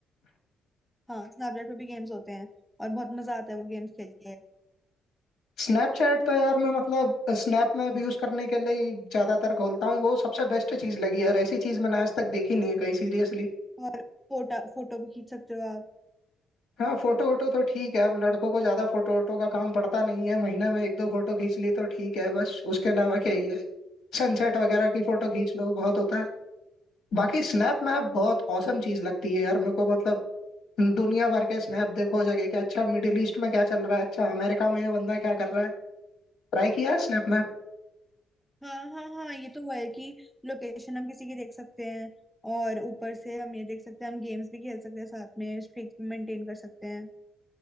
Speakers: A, in the centre; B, on the left (about 80°).
A: हाँ स्नैपचैट पे भी गेम्स होते हैं और बहुत मजा आता है वो गेम्स खेल के
B: स्नैपचैट तो यार मैं मतलब स्नैप में अब यूज करने के लिए ही ज्यादातर खोलता हूँ वो सबसे बेस्ट चीज लगी यार ऐसी चीज मैंने आज तक देखी नहीं है कहीं सीरियसली
A: और फोटो फोटो भी खींच सकते हो आप
B: हाँ फोटो वोटो तो ठीक है अब लड़कों को ज्यादा फोटो वोटो का काम पड़ता नहीं है महीने में एक दो फोटो खींच ली तो ठीक है बस उसके अलावा क्या ही है सनसेट वगैरह की फोटो खींच लो बहुत होता है बाकी स्नैप मैप बहुत औसम चीज लगती है यार मेरे को मतलब दुनिया भर के स्नैप देखो जगह के अच्छा मिडिल ईस्ट में क्या चल रहा है अच्छा अमेरिका में ये बंदा क्या कर रहा है ट्राई किया है स्नैप मैप?
A: हाँ हाँ हाँ ये तो हुआ है कि लोकेशन हम किसी की देख सकते हैं और ऊपर से हम ये देख सकते हैं हम गेम्स भी खेल सकते हैं साथ में स्ट्रीक भी मेंटेन कर सकते हैं